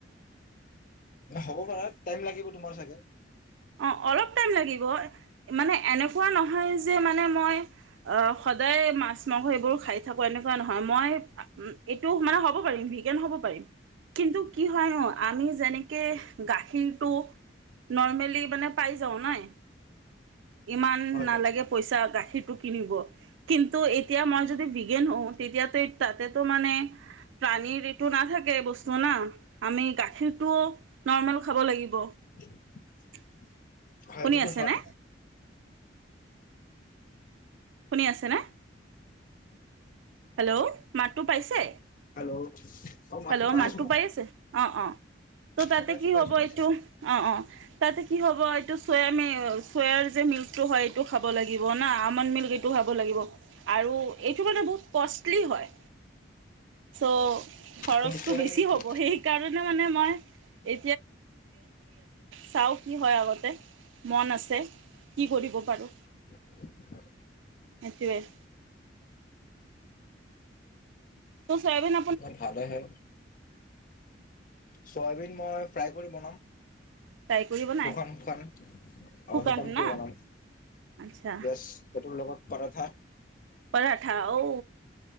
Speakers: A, on the left; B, on the right.
A: হ'ব পাৰা টাইম লাগিব তোমাৰ চাগে
B: অ অলপ টাইম লাগিব মানে এনেকুৱা নহয় যে মানে মই অ সদায় মাছ মাংস এইবোৰ খাই থাকো এনেকুৱা নহয় মই এইটো মানে হ'ব পাৰিম বি্গেন হ'ব পাৰিম কিন্তু কি হয় ন আমি যেনেকে গাখীৰটো নৰ্মেলি মানে পাই যাওঁ নাই ইমান
A: হয় হয়
B: নালাগে পইচা গাখীৰটো কিনিব কিন্তু এতিয়া মই যদি বিগেন হওঁ তেতিয়াতো তাতেতো মানে প্ৰাণীৰ এইটো নাথাকে বস্তু না আমি গাখীৰটোও নৰ্মেল খাব লাগিব
A: <unintelligible>
B: <inaudible>
A: হেইটোতো
B: শুনি আছেনে
A: হয়
B: শুনি আছেনে হেল্ল' মাতটো পাইছে
A: হেল্ল' অ
B: হেল্ল' মাতটো
A: আছো মই
B: পাই আছে অ অ ত' তাতে
A: অ পাইছো
B: কি
A: পাইছো
B: হ'ব
A: পাইছো
B: এইটো অ অ তাতে কি হ'ব এইটো চয় ম চয়াৰ যে মিল্কটো হয় এইটো খাব লাগিব না আলমণ্ড মিল্ক এইটো খাব লাগিব আৰু এইটো মানে বহুত কষ্টলি হয় চ খৰচটো
A: কিন্তু চয়াবিন
B: বেছি
A: কি
B: হ'ব সেইকাৰণে মানে মই আছো চাও কি হয় আগতে মন আছে কি কৰিব পাৰো।
A: <unintelligible>
B: সেইটোৱেই ত চবন
A: ত ভালে হে চয়াবিন মই ফ্ৰাই কৰি বনাম।
B: ফ্ৰাই কৰি বনায়
A: শুকান খান শুকানটো আ
B: শুকান
A: শুকানকে
B: না
A: বানাম।
B: আচ্ছা
A: গছ সটোৰ লগত পৰথা
B: টাটা ঔ